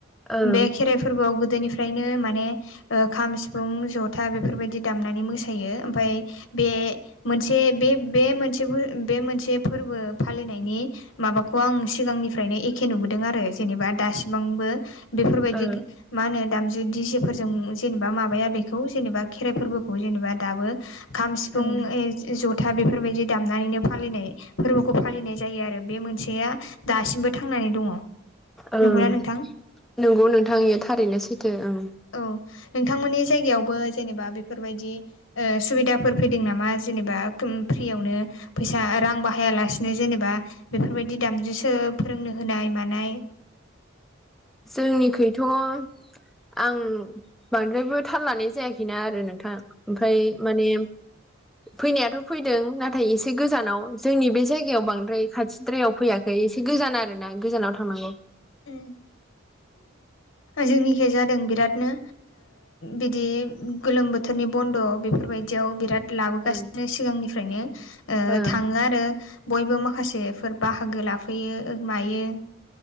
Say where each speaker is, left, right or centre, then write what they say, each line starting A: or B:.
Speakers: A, in the centre; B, on the left.
A: ओं
B: बे खेराइ फोरबोआव गोदोनिफ्रायनो माने ओ खाम सिफुं जथा बेफोरबायदि दामनानै मोसायो ओमफ्राय बे मोनसे बे बे मोनसे बे मोनसे फोरबो फालिनायनि माबाखौ आं सिगांनिफ्रायनो एखे नुबोदों आरो जेनेबा दासिमांबो बेफोरबायदि
A: ओं
B: मा होनो दामजु दिजेफोरजों जेनेबा माबाया बेखौ जेनेबा खेराइ फोरबोखौ जेनेबा दाबो खाम सिफुं
A: ओं
B: दा बेफोरबायदि दामनानैनो फालिनाय फोरबोखौ फालिनाय जायो आरो बे मोनसेया दासिमबो थांनानै दङ।
A: ओं
B: नंगौना नोंथां
A: नंगौ नोंथांनिया थारैनो सैथो ओं
B: औ नोंथांमोननि जायगायावबो जेनेबा बेफोरबायदि सुबिदाफोर फैदों नामा जेनेबा फ्रियावनो फैसा रां बाहायालासिनो जेनेबा बेफोरबायदि दामजुसो फोरोंनो होनाय मानाय
A: जोंनिखैथ' आं बांद्रायबो थाल लानाय जायाखैना आरो नोंथां ओमफ्राय माने।
B: <unintelligible>
A: फैनायाथ' फैदों नाथाय एसे गोजानाव जोंनि बे जायगायाव बांद्राय खाथिद्रायाव फैयाखै ओमफ्राय इ एसे गोजान आर ना गोजानाव थांनांगौ।
B: ओम जोंनिखाय जादों बिरादनो बिदि गोलोम बोथोरनि बन्द' बेफोरबायदियाव बिराद लाबोगासिनो
A: ओं
B: सिगांनिफ्रायनो
A: ओं
B: थाङो आरो बयबो माखासेफोर बाहागो लाफैयो मायो।